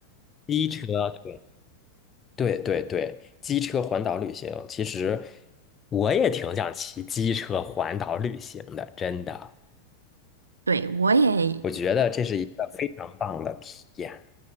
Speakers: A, on the left; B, on the right.
A: 机车，对，对对对，机车环岛旅行，其实我也挺想骑机车环岛旅行的，真的。
B: 对，我也
A: 我觉得这是一个非常棒的体验。